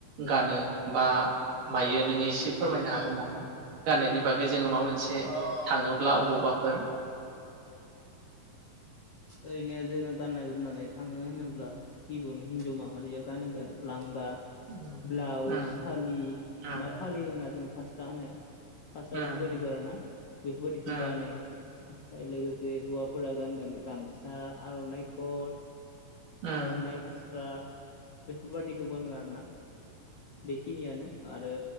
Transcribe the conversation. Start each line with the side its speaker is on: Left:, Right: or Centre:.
Right: गानो बा मायो नोङो एसे फोरमायनो हागोन नामा? गाननायनि बागै जोङो माबा मोनसे थाङोब्ला अबावबा फोर।
Left: ओरैनो जोङो गानना जोमनानै थाङो होनोब्ला गिबियावनो हिनजाव माहारिया गानोगोन लांगा।
Right: उम
Left: ब्लाउस
Right: उम
Left: फालि
Right: उम
Left: मा फालि होना जोङो फास्रा होनो। फास्रा
Right: उम
Left: बेफोरबायदिखौ आरोना बेफोरबायदिखौ
Right: उम
Left: गानो ओमफ्राय लोगोसे हौवाफोरा गानगोन गामसा आर'नाइ कट
Right: उम
Left: आर'नाइ फास्रा। बेफोरबादिखौ गांगोन आरोना। बेखिनियानो। आरो